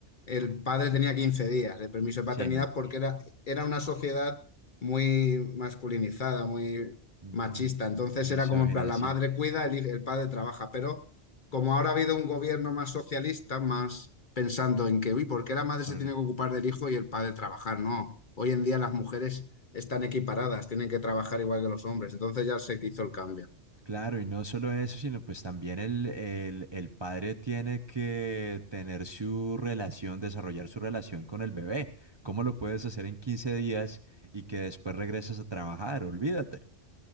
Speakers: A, on the left (about 50°); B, on the right (about 25°).
A: el padre tenía 15 días de permiso de
B: Sí,
A: paternidad
B: no.
A: porque era, era una sociedad muy masculinizada, muy
B: Mm,
A: machista.
B: mi-
A: Entonces
B: Misógena,
A: era como en plan, la
B: sí.
A: madre cuida, el, hij- el padre trabaja. Pero como ahora ha habido un gobierno más socialista, más pensando en que, uy, ¿por qué la madre
B: Por-
A: se tiene que ocupar del hijo y el padre trabajar? No, hoy en día las mujeres están equiparadas, tienen que trabajar igual que los hombres. Entonces ya sé que hizo el cambio.
B: Claro, y no solo eso, sino pues también el, el, el padre tiene que tener su relación, desarrollar su relación con el bebé. ¿Cómo lo puedes hacer en 15 días y que después regreses a trabajar? Olvídate.